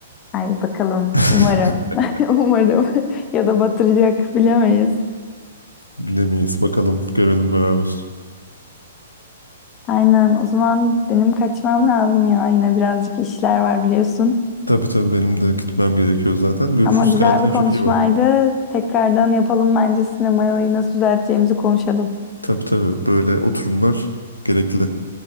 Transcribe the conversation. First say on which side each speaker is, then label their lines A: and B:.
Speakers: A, on the left (about 25°); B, on the left (about 80°).
A: Ay bakalım
B: <laughs>
A: umarım. <laughs> Umarım. <laughs> Ya da batıracak bilemeyiz.
B: Bilemeyiz. Bakalım görelim beraber.
A: Aynen o zaman benim kaçmam lazım ya. Yine birazcık işler var biliyorsun.
B: Tabii tabii benim de gitmem gerekiyor zaten. Görüşürüz
A: Ama güzel
B: kendine
A: bir konuşmaydı.
B: çok iyi bak.
A: Tekrardan yapalım bence sinemayı nasıl düzelteceğimizi konuşalım.
B: Tabii tabii böyle oturumlar gerekli.